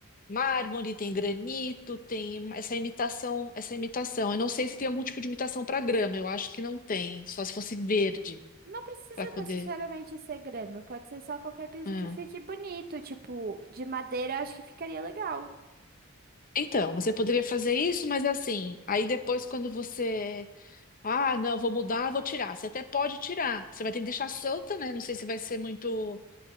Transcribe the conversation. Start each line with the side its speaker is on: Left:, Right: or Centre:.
Left: mármore, tem granito, tem essa imitação, essa imitação. Eu não sei se tem algum tipo de imitação para grama, eu acho que não tem, só se fosse verde
Right: não precisa
Left: para poder.
Right: necessariamente ser grama, pode ser só qualquer piso
Left: Ah.
Right: que fique bonito, tipo, de madeira, acho que ficaria legal.
Left: Então, você poderia fazer isso, mas assim, aí depois quando você Ah, não, vou mudar, vou tirar. Você até pode tirar. Você vai ter que deixar solta, né? Não sei se vai ser muito.